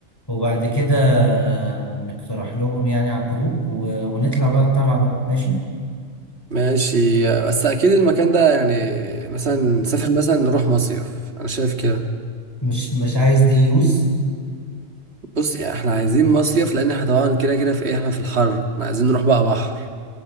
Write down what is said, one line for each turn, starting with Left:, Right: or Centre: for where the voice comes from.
Left: وبعد كده نقترح لهم يعني على الجروب و- ونطلع بقى الطلعه بقى ماشي
Right: ماشي بس اكيد المكان ده يعني مثلا نسافر مثلا نروح مصيف انا شايف كده
Left: مش مش عايز دي يوز
Right: بص يعني احنا عايزين مصيف لان احنا طبعا كده كده في ايه احنا في الحر احنا عايزين نروح بقى بحر